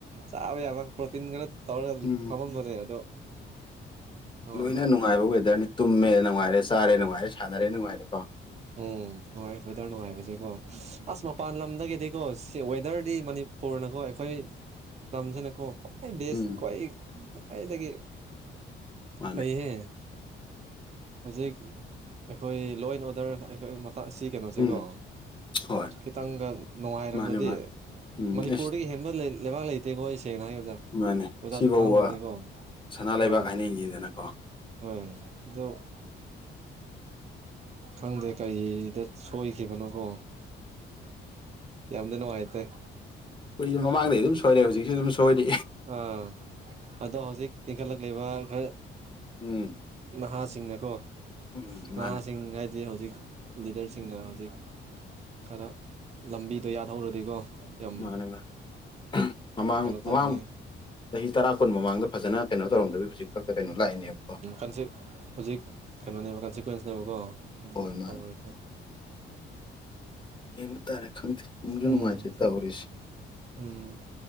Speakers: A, on the right (about 35°); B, on the left (about 25°).
A: ꯆꯥꯕ ꯌꯥꯕ ꯄ꯭ꯔꯣꯇꯤꯟ ꯈꯔ ꯇꯧꯔꯒ
B: ꯎꯝ
A: ꯐꯝꯃꯝꯕꯅꯦ ꯑꯗꯣ ꯑꯥ
B: ꯂꯣꯏꯅ ꯅꯨꯡꯉꯥꯏꯕ ꯋꯦꯗꯔꯅꯤ ꯇꯨꯝꯃꯦ ꯅꯨꯡꯉꯥꯏꯔꯦ ꯆꯥꯔꯦ ꯅꯨꯡꯉꯥꯏꯔꯦ ꯁꯥꯟꯅꯔꯦ ꯅꯨꯡꯉꯥꯏꯔꯦ ꯀꯣ
A: ꯑꯣ ꯅꯨꯡꯉꯥꯏ ꯋꯦꯗꯔ ꯅꯨꯡꯉꯥꯏꯕꯁꯦꯀꯣ ꯑꯁ ꯃꯄꯥꯟ ꯂꯝꯗꯒꯤꯗꯤꯀꯣ ꯁꯤ ꯋꯦꯗꯔꯗꯤꯅꯤ ꯄꯨꯣꯔꯅꯀꯣ ꯑꯩꯈꯣꯏ ꯂꯝꯁꯤꯅꯀꯣ ꯍ ꯕꯦꯁ
B: ꯎꯝ
A: ꯈ꯭ꯋꯥꯏ ꯈ꯭ꯋꯥꯏꯗꯒꯤ
B: ꯃꯥꯅꯦ
A: ꯐꯩꯍꯦ ꯍꯧꯖꯤꯛ ꯑꯩꯈꯣꯏ ꯂꯣ ꯑꯦꯟ ꯑꯣꯗꯔ ꯑꯩꯣꯏ ꯑꯁꯤ ꯀꯩꯅꯣꯁꯦꯀꯣ
B: ꯎꯝ ꯍꯣꯏ
A: ꯈꯤꯇꯪꯒ ꯅꯨꯡꯉꯥꯏꯔꯝꯃꯗꯤ
B: ꯃꯥꯅꯦ ꯃꯥꯅꯦ ꯎꯝ
A: ꯃꯅꯤꯄꯨꯔꯗꯒꯤ
B: ꯑꯦꯁ
A: ꯍꯦꯟꯕ ꯂꯩꯕꯥꯛ ꯂꯩꯇꯦꯀꯣ ꯑꯩꯁꯦ ꯁꯦꯡꯅ ꯍꯥꯏ ꯑꯣꯖꯥ
B: ꯃꯥꯅꯦ
A: ꯑꯣꯖꯥꯁꯨ
B: ꯁꯤꯐꯧꯕ
A: ꯈꯪꯉꯝꯃꯅꯤꯀꯣ
B: ꯁꯅꯥ ꯂꯩꯕꯥꯛ
A: ꯍꯣꯏ
B: ꯍꯥꯏꯅꯩꯅꯤꯗꯅꯀꯣ
A: ꯍꯣꯏ ꯑꯗꯣ ꯈꯪꯗꯦ ꯀꯔꯤꯗ ꯁꯣꯏꯈꯤꯕꯅꯨꯀꯣ ꯌꯥꯝꯗꯤ ꯅꯨꯡꯉꯥꯏꯇꯥꯏ
B: ꯀꯨꯏ ꯃꯃꯥꯡꯗꯩ ꯑꯗꯨꯝ ꯁꯣꯏꯔꯦ ꯍꯧꯖꯤꯛꯁꯨ ꯑꯗꯨꯝ ꯁꯣꯏꯔꯤ
A: ꯑꯥ ꯑꯗꯣ ꯍꯧꯖꯤꯛ ꯏꯟꯈꯠꯂꯛꯂꯤꯕ ꯔ
B: ꯎꯝ
A: ꯅꯍꯥꯁꯤꯡꯅꯀꯣ
B: ꯎꯝ ꯃꯥꯅꯦ
A: ꯅꯍꯥꯁꯤꯡ ꯍꯥꯏ ꯍꯧ ꯍꯧꯖꯤꯛ ꯂꯤꯗꯔꯁꯤꯡꯅ ꯍꯧꯖꯤꯛ ꯈꯔ ꯂꯝꯕꯤꯗꯣ ꯌꯥꯠꯍꯧꯔꯗꯤꯀꯣ ꯌꯥꯝ
B: ꯃꯥꯅꯦ ꯃꯥꯅꯦ ꯃꯃꯥꯡ
A: ꯀꯩꯅꯣ
B: ꯃꯃꯥꯡ
A: ꯇꯧꯕꯅꯦ
B: ꯆꯍꯤ ꯇꯔꯥ ꯀꯨꯟ ꯃꯃꯥꯡꯗ ꯐꯖꯅ ꯀꯩꯅꯣ ꯇꯧꯔꯝꯗꯕꯤ ꯍꯧꯖꯤꯛ ꯈꯛꯇ ꯀꯩꯅꯣ ꯂꯥꯛꯏꯅꯦꯕꯀꯣ
A: ꯎꯝꯁꯤ ꯍꯧꯖꯤꯛ ꯀꯩꯅꯣꯅꯦꯕ ꯀꯟꯁꯤꯀ꯭ꯋꯦꯟꯁꯅꯦꯕꯀꯣ ꯑꯗꯨꯗ
B: ꯍꯣꯏ ꯃꯥꯅꯦ
A: ꯇꯥꯕꯔꯗꯤ
B: ꯌꯦꯡ ꯇꯥꯔꯦ ꯈꯪꯗꯦ ꯅꯨꯡꯁꯨ ꯅꯨꯡꯉꯥꯏꯖ꯭ꯔꯦ
A: ꯎꯝ
B: ꯇꯥꯧꯔꯤꯁꯦ
A: ꯎꯝ